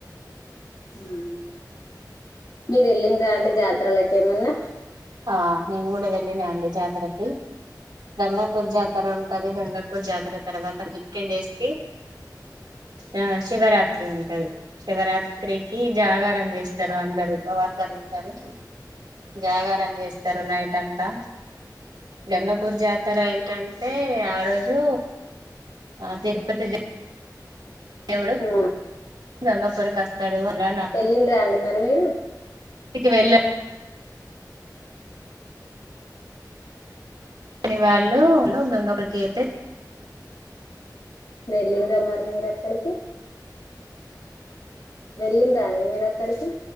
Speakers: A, on the left; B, on the right.
A: మ్ మీర్ ఎల్లిండ్రా అండి జాతరలకి ఏమన్నా
B: ఆ నేను కూడ వెళ్ళినా అండి జాతరక్ కా గంగాపూర్ జాతర ఉంటది గంగ ఇ జాతర తర్వాత ఫిఫ్టీన్ డేస్ కి అ శివరాత్రి ఉం అది శివరాత్రి కి జాగారం చేస్తారు అందరు ఉపవాసాలు ఉంటారు జాగర చేస్తారు నైట్ అంతా గంగాపూర్ జాతర ఏంటంటే ఆ రోజు ఆ తిరుపతి దేవుడు
A: ఆ
B: గంగపూరికి వస్తాడు అలా
A: వెళ్ళండ్రా అండి మరి మీరు
B: ఇంటికి వెళ్ళ శని వాళ్ళ గంగ ప్రకి అయితే
A: బర్లింద్ర మ మీర అక్కడకి వెళ్ళిండ్రా అండి మీరు అక్కడికి